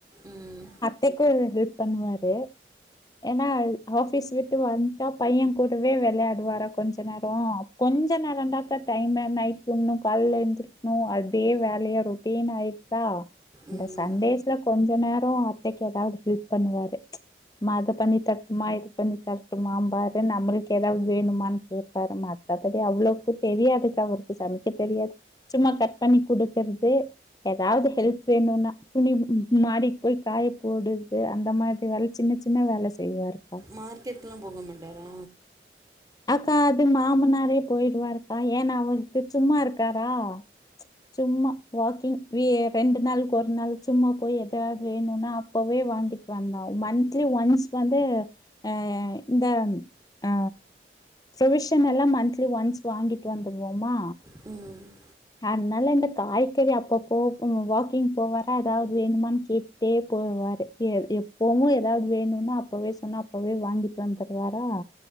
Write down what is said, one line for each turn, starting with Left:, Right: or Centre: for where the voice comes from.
Right: ம்
Left: தைக்கு ஹெல்ப் பண்வாரு ஏன்னா ஆஃபிஸ் விட்டு வந்ட்டா பையன் கூடவே வெள்யாடுவாரு கொஞ்ச நேரோ கொஞ்ச நேரந்தாக்கா டைம்மே நைட் இன்னும் கால்ல எஞ்சி ஆ அதே வேலையா ரொட்டீன் ஆய்ச்சா இந்த
Right: ம்
Left: சண்டேஸ்ல கொஞ்ச நேரோ அத்தைக்கு எதாவ்து ஹெல்ப் பண்வாரு மா அத பண்ணி தர்ட்டுமா இது பண்ணி தர்ட்டுமாம்பாரு நம்பளுக் எதாவ்து வேணுமான் கேப்பாரு மத்தப்படி அவ்ளவுக்கு தெரியாதுக்கா அவருக்கு சமைக்க தெரியாது சும்மா கட் பண்ணி குடுக்கற்து எதாவ்து ஹெல்ப் வேணும்னா துணி மாடிக்கு போய் காய போடுது அந்த மாரி வேல சின்ன சின்ன வேல செய்வாருக்கா
Right: மார்க்கெட்லா போக மாட்டாரா
Left: அக்கா அது மாமனாரே போயிடுவாருக்கா ஏன்னா அவரு இப்ப சும்மா இருக்காரா சும்மா வாக்கிங் ஏ ரெண்டு நாளுக் ஒரு நாள் சும்மா போய் எதாவ்து வேணும்னா அப்பவே வாங்கிட் வந்தாரு மந்த்லி ஒன்ஸ் வந்து ஆ இந்த ஆ ப்ரொவிஷன் எல்லா மந்த்லி ஒன்ஸ் வாங்கிட்டு வந்துருவோமா
Right: ம்
Left: அதுனால இந்த காய்கறி அப்பப்போ வாக்கிங் போவாரா எதாவது வேணுமானு கேட் டுட்டே போவாரு கீழ எப்பவு எதாவது வேணுனா அப்பவே சொன்னா அப்பவே வாங்கிட்டு வந்துருவாரா